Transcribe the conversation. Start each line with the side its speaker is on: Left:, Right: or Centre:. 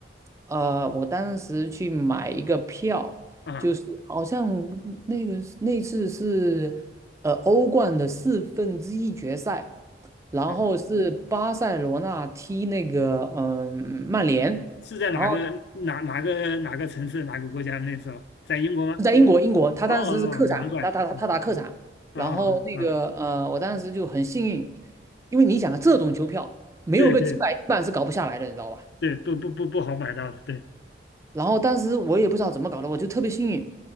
Right: 呃，我当时去买一个票，
Left: 啊，
Right: 就是好像那个那次是呃欧冠的四分之一决赛，然后是巴塞罗那踢那个嗯、
Left: 好，
Right: 曼联，
Left: 是在哪个哪哪个哪个城市哪个国家？
Right: 然后。
Left: 那时候在英国吗？
Right: 在英国，英国，他当时是客场，
Left: 哦哦，难怪。
Right: 他他他打客场，
Left: 哦哦啊，
Right: 然后那个呃，我当时就很幸运，因为你想啊，这种球票没有个几百万是搞不下来的，
Left: 对对
Right: 你知道吧？
Left: 对，不不不不好买到的。对，
Right: 然后当时我也不知道怎么搞的，我就特别幸运，